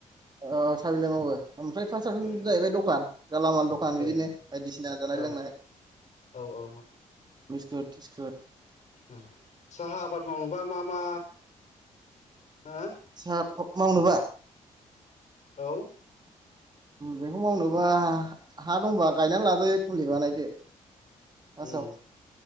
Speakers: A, on the right; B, on the left.
A: औ साबिलाइ मावो ओमफ्राय फाससानो
B: ए
A: जाहैबाय दखान गेलामाल दखान बिदिनो
B: ए
A: बायदिसिना जानाय
B: औ
A: लोंनाय
B: औ औ
A: बिस्कुट टिस्कुट
B: ओम साहा आबाद मावनोबा मा मा हो
A: साहा मावनोबा
B: औ
A: बेखौ मावनोबा हा दंबा गायनानै लाजायो खुलि बानायदो फार्स्टआव
B: उम